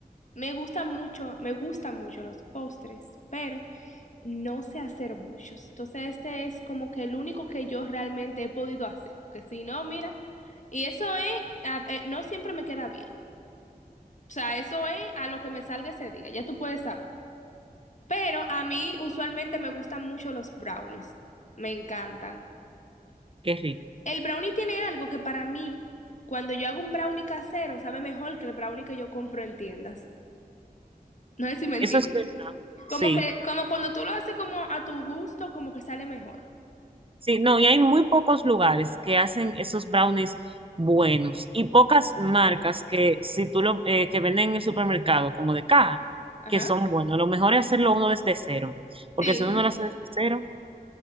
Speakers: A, on the left; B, on the right.
A: Me gusta mucho, me gustan mucho los postres, pero no sé hacer muchos. Entonces, este es como que el único que yo realmente he podido hacer. Porque si no, mira, y eso es, a- eh, no siempre me queda bien. O sea, eso es a lo que me salga ese día, ya tú puedes saber. Pero a mí usualmente me gustan mucho los brownies. Me encantan.
B: Qué rico.
A: El brownie tiene algo que para mí, cuando yo hago un brownie casero, sabe mejor que el brownie que yo compro en tiendas. No sé si me entiendes.
B: Eso es verdad. Sí.
A: Como que, como cuando tú lo haces como a tu gusto, como que sale mejor.
B: Sí, no, y hay muy pocos lugares que hacen esos brownies buenos y pocas marcas que si tú lo eh, que venden en el supermercado como de caja
A: Ajá.
B: que son buenos. Lo mejor es hacerlo uno desde cero, porque
A: Sí.
B: si uno no lo hace desde cero,